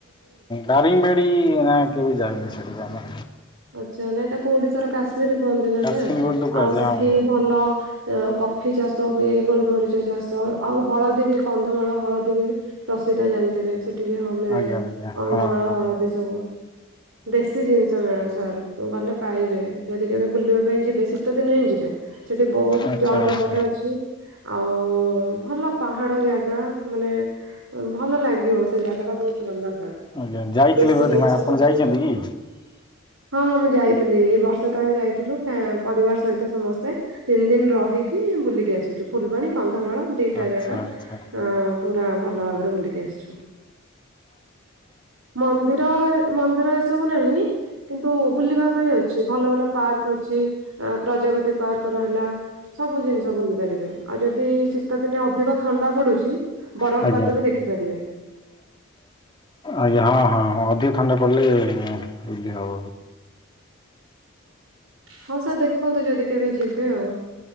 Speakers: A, on the left; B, on the right.
A: ଦାରିଙ୍ଗ ବାଡି ନା କେବେ ଯାଇନି ସେଠିକୁ ଆମେ।
B: ଆଚ୍ଛା ନାଇଁ ତାକୁ ଓଡିଶାର କାଶ୍ମୀର କୁହନ୍ତି ନା
A: କାଶ୍ମୀର
B: ସାର୍
A: ବୋଲି ତ କୁହାଯାଏ
B: ଆଉ ସେଠି
A: ହଁ
B: ଭଲ କଫି ଚାଷ ହୁଏ ଗୋଲମରିଚ ଚାଷ ଆଉ ହଳଦୀ ବି କନ୍ଧମାଳ ହଳଦୀ ବି ପ୍ରସିଦ୍ଧ ଜା ଣିଥିବେ ସେଠି ବି ହଁ ମିଳେ
A: ଆଜ୍ଞା ଆଜ୍ଞା
B: କନ୍ଧମାଳ
A: ହଁ ହଁ
B: ହଳଦୀ ସବୁ ଦେଶୀ ଜିନିଷ ମେଳ ସାର୍ ଗଲେ ପାଇବେ ଯଦି କେବେ ବୁଲିବା ପାଇଁ ଜିବେ ଶୀତ ଦିନ ହିଁ ଯିବେ ସେଠି ବୋହୁତ
A: ଆଚ୍ଛା
B: ଜଳପ୍ରପାତ
A: ଆଚ୍ଛା।
B: ଅଛି ଆଉ ଭଲ ପାହାଡ ଜାଗା ମାନେ ଭଲ ଲାଗିବ ସେ ଜାଗା ଟା ବୋହୁତ ଭଲ। ହଁ
A: ଆଜ୍ଞା ଯାଇଥିଲେ
B: ବେଶୀ
A: ବୋଧେ
B: ଜିନିଷ
A: ନା ଆପଣ
B: ବି ମିଳିବ।
A: ଯାଇଛନ୍ତି କି
B: ହଁ ମୁଁ ଯାଇଥିଲି ଏଇ ବର୍ଷେ ତଳେ ଯାଇଥିଲୁ। ପରିବାର ସହିତ ସମସ୍ତେ ତିନି ଦିନ ରହିକି ବୁଲିକି ଆସିଚୁ ଫୁଲବାଣୀ କନ୍ଧ ମାଳ ଦିଟା
A: ଆଚ୍ଛା
B: ଜାଗା
A: ଆଚ୍ଛା।
B: ଅ ପୁରା ଭଲ ଭାବରେ ବୁଲିକି ଆସିଚୁ। ମନ୍ଦିର ମନ୍ଦିର ଏସବୁ ନାହିଁ। କିନ୍ତୁ ବୁଲିବା ପାଇଁ ଅଛି ଭଲ ଭଲ ପାର୍କ ଅଛି ପ୍ରଜାପତି ପାର୍କ ରହିଲା ସବୁ ଜିନିଷ ବୁଲି ପାରିବେ। ଆଉ ଯଦି ଶୀତ ଦିନେ ଅଧିକ ଥଣ୍ଡା ପଡୁଚି ବରଫପାତ
A: ଆଜ୍ଞା।
B: ବି ଦେଖିପାରିବେ।
A: ଆଜ୍ଞା ହଁ ହଁ ଅଧିକ ଥଣ୍ଡା ପଡ଼ିଲେ ଇଏ ହବ।
B: ହଁ ସାର୍ ଦେଖନ୍ତୁ ଯଦି କେବେ ଯିବେ ଆଉ।